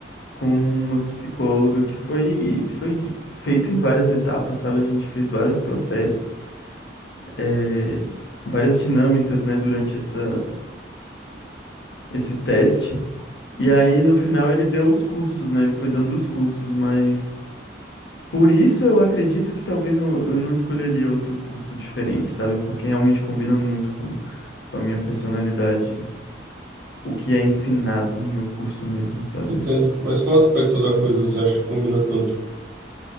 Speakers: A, on the left; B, on the right.
A: com uma psicóloga que foi, que foi gui- feito em várias etapas, sabe? A gente fez vários processos, é, várias dinâmicas, né, durante essa, esse teste. E aí, no final, ele deu os cursos, né? Ele foi dando os cursos, mas por isso eu acredito que talvez eu, eu não escolheria outro curso diferente, sabe? Porque realmente combina muito com, com a minha personalidade o que é ensinado no meu curso mesmo, sabe?
B: Entendo. Mas qual aspecto da coisa você acha que combina tanto?